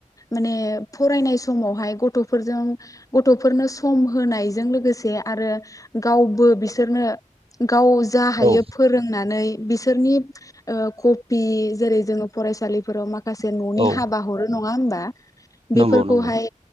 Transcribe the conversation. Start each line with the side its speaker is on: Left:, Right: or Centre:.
Left: माने फरायनाय समावहाय गथ'फोरजों गथ'फोरनो सम होनायजों लोगोसे आरो गावबो बिसोरनो। गाव जा हायो
Right: औ
Left: फोरोंनानै। बिसोरनि ओ कपि जेरै जोङो फरायसालिफोराव मा खासे न'नि
Right: औ
Left: हाबा हरो न ङा होनबा। बेफोरखौहाय
Right: नंगौ नंगौ